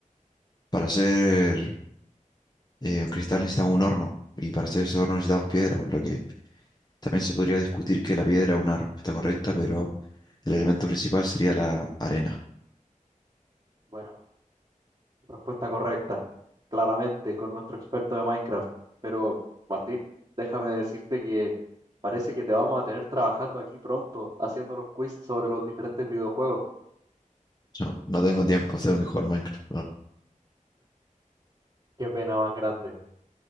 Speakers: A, on the left (about 30°); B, on the right (about 40°).
A: para hacer eh, un cristal necesitamos un horno, y para hacer ese horno necesitamos piedra, por lo que también se podría discutir que la piedra es una respuesta correcta, pero el elemento principal sería la arena.
B: Bueno, Respuesta correcta, claramente, con nuestro experto de Minecraft. Pero, Martín, déjame decirte que parece que te vamos a tener trabajando aquí pronto, haciendo los quiz sobre los diferentes videojuegos.
A: No, no tengo tiempo, tengo que jugar Minecraft,
B: Qué pena más grande.